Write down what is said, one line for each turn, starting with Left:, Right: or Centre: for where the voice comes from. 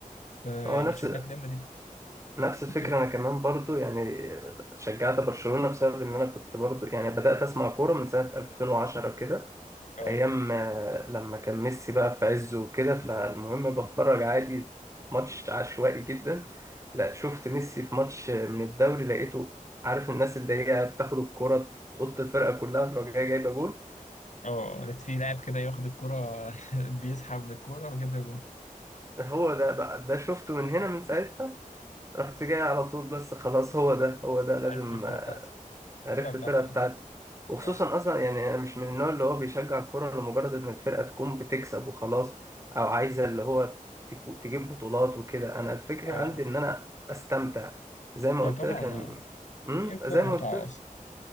Left: فيعني
Right: هو نفس
Left: شجعت ريال مدريد
Right: نفس الفكرة
Left: انت-
Right: أنا كمان برضو يعني شجعت برشلونة بسبب إن أنا كنت برضو يعني بدأت أسمع كورة من سنة 2010 كده
Left: اه
Right: ايام آه، لما كان ميسي بقى في عزه وكده فالمهم بتفرج عادي ماتش عشوائي جدا لا شفت ميسي في ماتش آه، من الدوري لقيته عارف الناس اللي هي بتاخد الكرة تقط الفرقة كلها تروح جاية جايبة جول
Left: اه لقيت في لاعب كده ياخد الكرة <laughs> بيسحب بالكرة وجاب جون
Right: هو ده بقى ده شفته
Left: اه
Right: من هنا من ساعتها رحت جاي على طول بس خلاص هو ده هو ده لازم
Left: عرفت الفرقة بتاعتي
Right: عرفت
Left: الفرقة بتاعتي
Right: الفرقة بتاعتي
Left: اه
Right: وخصوصا
Left: اه
Right: أصلا يعني أنا مش من النوع اللي هو بيشجع كورة لمجرد إن الفرقة تكون بتكسب وخلاص أو عايزة اللي هو تك- تجيب بطولات وكده أنا الفكرة
Left: اه.
Right: عندي إن أنا أستمتع زي ما
Left: ما
Right: قلت
Left: طبعا
Right: لك أنا
Left: اه.
Right: أمم،
Left: هي الكرة
Right: زي
Left: متعة
Right: ما قلت لك
Left: أصلا